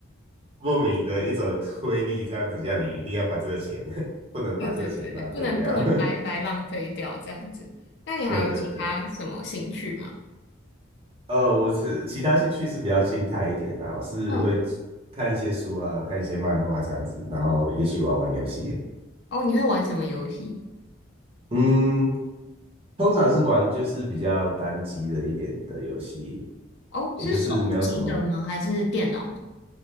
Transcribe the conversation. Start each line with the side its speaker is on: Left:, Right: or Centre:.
Right: 莫名的一种推力，这样子让你一定要把这个钱，<laughs> 不能把这个钱浪费掉。
Left: 对对对对，不能不能白白浪费掉这样子。
Right: <laughs>
Left: 那你还有其他什么兴趣吗？
Right: 对对对。呃，我是其他兴趣是比较静态一点啦，我是会
Left: 嗯，
Right: 看一些书啊，看一些漫画这样子，然后也许玩玩游戏。
Left: 哦，你会玩什么游戏？
Right: 嗯，通常是玩就是比较单机的一点的游戏，
Left: 哦，
Right: 也就是没有什么
Left: 是手机的吗？还是电脑的？